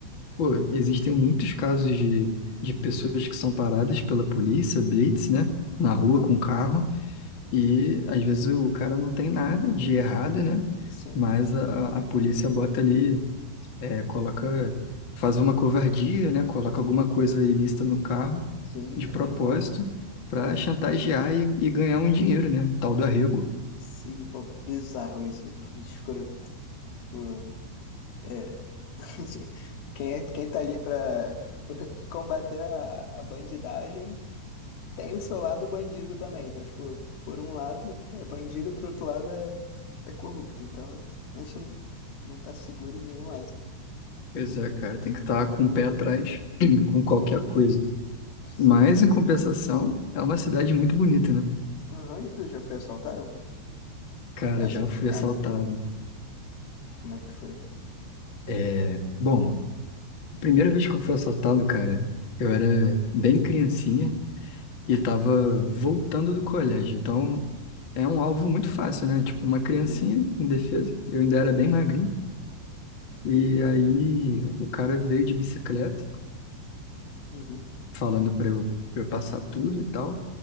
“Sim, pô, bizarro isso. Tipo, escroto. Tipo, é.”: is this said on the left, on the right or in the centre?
Left